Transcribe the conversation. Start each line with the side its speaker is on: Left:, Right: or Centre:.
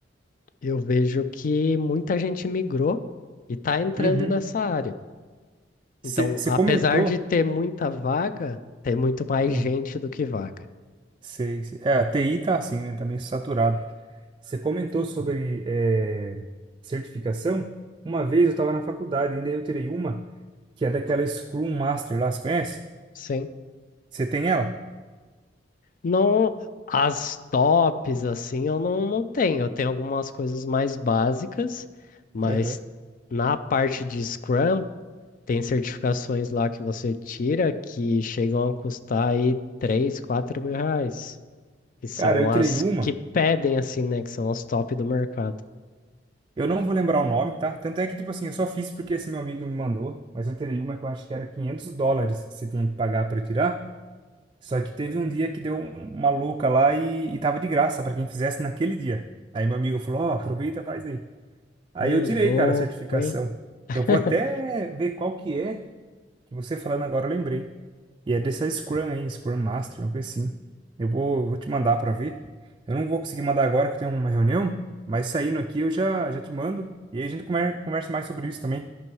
Left: eu vejo que muita gente migrou e tá entrando
Right: Uhum.
Left: nessa área.
Right: Você
Left: Então,
Right: você
Left: apesar
Right: comentou,
Left: de ter muita vaga, tem muito mais
Right: é,
Left: gente do que vaga.
Right: sei, sei. É, a TI tá assim, né, tá meio saturado. Você comentou sobre é, certificação. Uma vez eu estava na faculdade, ainda eu tirei uma, que é daquela Scrum Master lá, você conhece?
Left: Sim.
Right: Você tem ela?
Left: Não, as tops, assim, eu não, não tenho. Eu tenho algumas coisas mais básicas, mas
Right: Aham.
Left: na parte de Scrum, tem certificações lá que você tira que chegam a custar aí 3, 4 mil reais. Que são
Right: Cara, eu
Left: as
Right: tirei uma,
Left: que pedem, assim, né? Que são as top do mercado.
Right: eu não vou lembrar o nome, tá? Tanto é que, tipo assim, eu só fiz porque esse meu amigo me mandou, mas eu tirei uma que eu acho que era 500 dólares que você tinha que pagar pra tirar. Só que teve um dia que deu um- uma louca lá e, e tava de graça pra quem fizesse naquele dia. Aí meu amigo falou: Ó, aproveita, faz aí. Aí
Left: Ô,
Right: eu tirei,
Left: louco,
Right: cara, a certificação.
Left: hein? <laughs>
Right: Eu vou até ver qual que é, que você falando agora eu lembrei. E é dessa Scrum aí, Scrum Master, uma coisa assim. Eu vou, eu vou te mandar pra ver. Eu não vou conseguir mandar agora que eu tenho uma reunião, mas saindo aqui eu já, já te mando. E aí a gente comer- conversa mais sobre isso também.